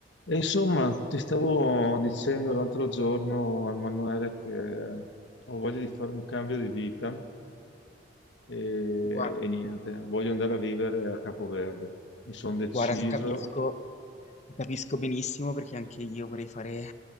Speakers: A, on the left; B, on the left.
A: E insomma, ti stavo dicendo l'altro giorno, Emanuele, che ho voglia di fare un cambio di vita e,
B: Guarda,
A: e niente, voglio andare a vivere a Capoverde. Mi sono deciso,
B: guarda, ti capisco, ti capisco benissimo perché anche io vorrei fare